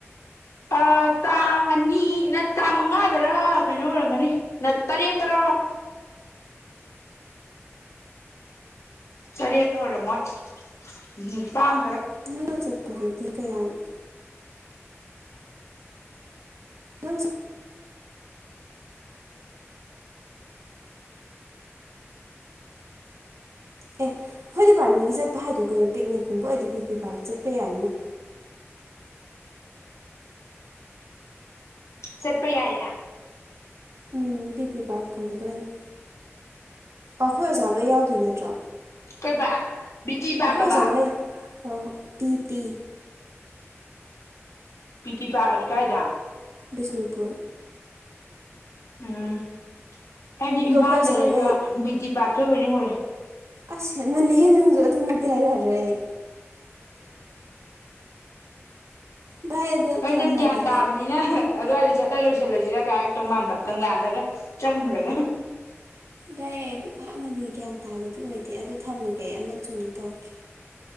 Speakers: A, on the left (about 85°); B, on the right (about 85°).
A: ꯑꯥ ꯇꯥꯡ ꯑꯅꯤ ꯅꯠ ꯇꯥꯡ ꯃꯉꯥꯗꯔ ꯀꯩꯅꯣ ꯑꯣꯏꯔꯝꯒꯅꯤ ꯅꯠ ꯇꯔꯦꯠ ꯇꯔꯥ ꯇꯔꯦꯠ ꯑꯣꯏꯔꯝꯃꯣꯏ ꯅꯤꯄꯥꯜ
B: ꯅꯪꯅ ꯆꯠꯄꯗꯗꯤ ꯀꯌꯥꯅꯣ ꯅꯪ ꯆ ꯑꯦ ꯈꯣꯏ ꯗꯤꯄꯥꯔꯠꯃꯦꯟꯒꯤ ꯆꯠꯄ ꯍꯥꯏꯗꯣ ꯀꯩꯅꯣ ꯄꯤꯛꯅꯤꯛꯀꯨꯝꯕ ꯑꯣꯏꯗꯤ ꯄꯤ ꯄꯤ ꯄꯥꯔꯛ ꯆꯠꯄ ꯌꯥꯏꯉꯣ
A: ꯆꯠꯄꯌꯥꯢꯌꯦ
B: ꯎꯝ ꯄꯤ ꯄꯤ ꯄꯥꯔꯛꯀꯨꯝꯕꯗ ꯑꯣꯏꯅ ꯑꯈꯣꯏ ꯑꯣꯖꯥ ꯂꯣꯏ ꯌꯥꯎꯗꯣꯏ ꯅꯠꯇ꯭ꯔꯣ
A: ꯀꯩꯕ ꯕꯤ ꯇꯤ ꯄꯥꯔꯛꯑꯕ
B: ꯑꯩꯈꯣꯏ ꯑꯣꯖꯥꯈꯩ ꯍꯣꯏ ꯍꯣꯏ ꯄꯤ ꯄꯤ
A: ꯄꯤ ꯄꯤ ꯄꯥꯔꯛꯑꯗꯤ ꯀꯥꯏꯗ
B: ꯕꯤꯁꯅꯨꯄꯨꯔ
A: ꯎꯝ ꯑꯩꯗꯤ
B: ꯑꯗꯣ
A: ꯏꯝꯐꯥꯜꯗ
B: ꯑꯩꯈꯣꯏ ꯑꯣꯖꯥꯈꯩ
A: ꯂꯩꯕ ꯕꯤ ꯇꯤ ꯄꯥꯛꯇ ꯑꯣꯢꯕꯣꯢ ꯅꯤꯡ ꯉꯨꯔꯦ
B: ꯑꯁ ꯍꯦꯟꯃꯜꯂꯦꯍꯦ ꯅꯪꯖꯨ ꯑꯗꯨꯃꯛꯇꯤ ꯍꯥꯏꯔꯔꯣꯏ ꯑꯩ ꯚꯥꯏ ꯑꯗꯣ
A: ꯍꯣꯏ
B: ꯊꯝꯃꯒꯦ
A: ꯅꯪ ꯒ꯭ꯌꯥꯟ ꯇꯥꯕꯅꯤꯅ
B: ꯑꯩ
A: ꯑꯗꯨꯋꯥꯢꯗ ꯆꯠꯂ ꯂꯣꯏꯁꯤꯜꯂꯖꯤꯔ ꯀꯥꯏ ꯍꯥꯏꯔꯛꯇꯧ ꯃꯥꯟꯕ ꯀꯪꯂꯥꯗꯒ ꯆꯪꯉꯨꯔꯒ
B: ꯕꯥꯏ ꯑꯩ ꯑꯗꯨꯛ ꯍꯥꯛꯅꯗꯤ ꯒ꯭ꯌꯥꯟ ꯇꯥꯕꯗꯤ ꯑꯣꯏꯗꯦ ꯑꯗꯨ ꯊꯝꯃꯒꯦ ꯑꯩ ꯑꯃ ꯆꯨꯝꯅ ꯇꯧꯔꯛꯀꯦ